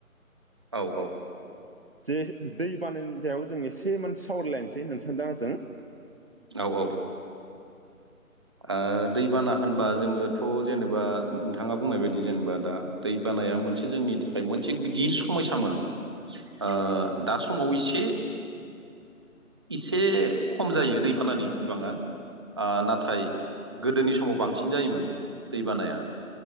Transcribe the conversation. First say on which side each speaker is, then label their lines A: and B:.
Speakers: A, on the right; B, on the right.
A: औ औ
B: जे दै बानानि सायाव जों एसे माने सावरायलायनोसै नोंसा दा आंजों
A: औ औ ओ दैबाना होनबा जोङोथ' जेनेबा नोंथाङा बुंनाय बायदि जेनेबा दा दै बानाया मोनसे जोंनि थाखाय मोनसे गिदिर समायसामोन आ दा समाव एसे एसे खम जायो दैबानानि बिबाङा आ नाथाय गोदोनि समाव बांसिन जायोमोन। दैबानाया